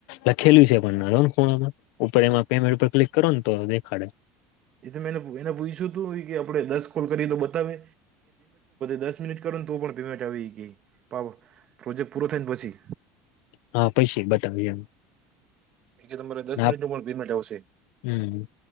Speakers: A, on the left; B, on the right.
A: લખેલું છે પણ ખૂણમાં ઉપર એમાં પેમેન્ટ ઉપર ક્લિક કરો ને તો દેખાડે.
B: એ તો મેને એ પૂછ્યું હતું દસ કોલ કરીએ તો બતાવે? દસ મિનિટ કરો તો પણ પેમેન્ટ આવી જાય. પણ પ્રોજેક્ટ પૂરો થાયને પછી.
A: હા પછી બતાવે એમ.
B: એ તમારે દસ મિનિટનું
A: આપ
B: પણ પેમેન્ટ આવશે.
A: હમ